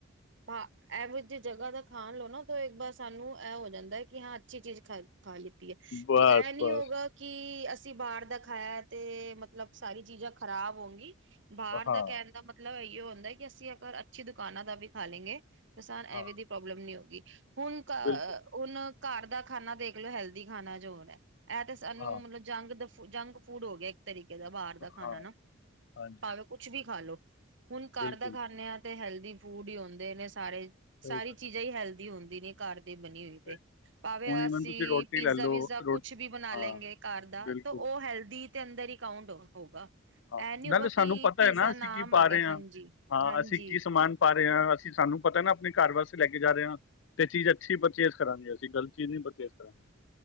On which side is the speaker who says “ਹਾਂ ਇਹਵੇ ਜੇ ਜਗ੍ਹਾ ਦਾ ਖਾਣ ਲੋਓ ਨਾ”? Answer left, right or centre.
Right